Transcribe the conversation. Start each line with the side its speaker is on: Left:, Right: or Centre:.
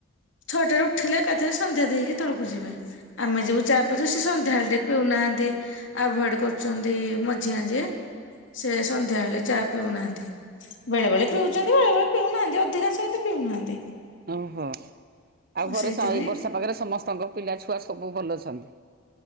Left: ଛଅଟାରେ ଉଠିଲେ ଏକାଥରେ ସନ୍ଧ୍ୟା ଦେଇକି ତଳକୁ ଯିବେ। ଆମେ ଯିବୁ ଚା ଯେ ସେ ସନ୍ଧ୍ୟାବେଳେ ଟେ ପିଉନାହାନ୍ତି ଆଭଏଡ କରୁଚନ୍ତି ମଝିଆ ଯିଏ। ସେ ସନ୍ଧ୍ୟାବେଳେ ଚା ପିଉନାହାନ୍ତି। ବେଳେ ବେଳେ ପିଉଚନ୍ତି ବେଳେବେଳେ ପିଉନାହାନ୍ତି। ଅଧିକାଂଶ କିନ୍ତୁ ପିଉନାହାନ୍ତି।
Right: ଓହୋ ଆଉ ଘରେ
Left: ସେଇଥିପାଇଁ
Right: ସ ଏଇ ବର୍ଷା ପାଖରେ ସମସ୍ତଙ୍କ ପିଲା ଛୁଆ ସବୁ ଭଲ ଅଛନ୍ତି।